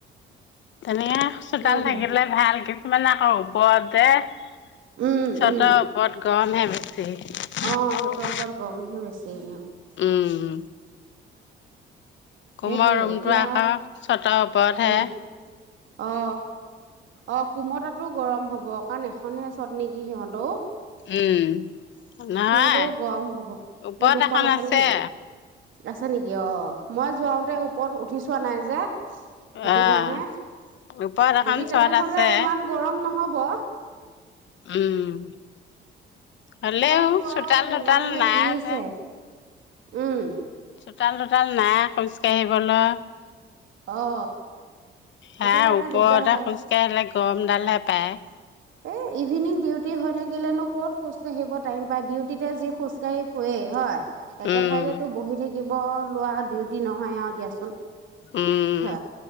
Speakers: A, on the left (about 70°); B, on the right (about 75°).
A: এনেকে চোতাল
B: সেনেকে
A: থাকিলে ভাল কিছুমান আকৌ ওপৰত যে
B: উম
A: চাতৰ
B: উম
A: ওপৰত গৰম হে বেছি৷
B: অ চতৰ
A: উম
B: ওপৰত গৰমহে বেছি এনেও
A: উম কুমৰ
B: সেইটোয়ে
A: ৰুমটো
B: এতিয়া
A: আকৌ চতৰ ওপৰতহে৷
B: উম অ অ কুমতাটো গৰম হব কাৰণ এখনহে চত নেকি সিহঁতও
A: উম নই,
B: সিহঁতৰো গৰম হ'ব
A: ওপৰত
B: এই দুখন
A: এখন আছে৷
B: নেকি আছে নেকি? অঁ, মই যোৱাওঁতে ওপৰত উঠি চোৱা নাই যে। সেইটো
A: অ',
B: কাৰণে,
A: ওপৰত এখন
B: যদি
A: চট
B: তেনেহলে
A: আছে
B: ইমান গৰম নহ হ'ব
A: উম হলেও
B: টো আৰু
A: চোতাল
B: যিমানহে
A: তোতাল নাই
B: দিছে
A: যে
B: উম
A: চোতাল-তোতাল নাই খোজকাঢ়িবলৈ৷
B: অ সেইটো
A: তাই
B: কাৰণে
A: ওপৰতে
B: দিগদাৰ হয়
A: খোজ কাঢ়ি লাগ গমডাল হে পায়
B: এ ইভিনিং ডিউটি হৈ থাকিলেনো ক'ত খোজ কাঢ়িব টাইম পায়, ডিউটিতে যি খোজ কাঢ়ি ফুৰেই। হয় একে
A: উম,
B: ঠাইতেতো বহি থাকিব লোৱা ডিউটি নহয় আও দিয়াচোন৷
A: উম,
B: হা